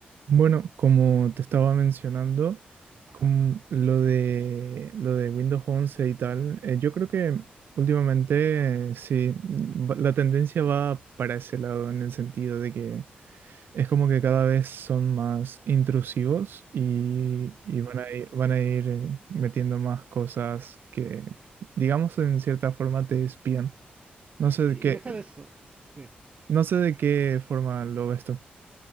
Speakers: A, on the right (about 75°); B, on the right (about 35°).
A: Bueno, como te estaba mencionando,
B: Ajá.
A: con lo de, lo de Windows once y tal, eh, yo creo que últimamente eh, sí, mm, va- la tendencia va para ese lado, en el sentido de que es como que cada vez son más intrusivos y, y
B: Mm,
A: van a ir, van a ir eh, metiendo más cosas que, digamos, en cierta forma te espían. No sé
B: Y
A: de qué,
B: deja de eso, sí.
A: no sé de qué forma lo ves tú.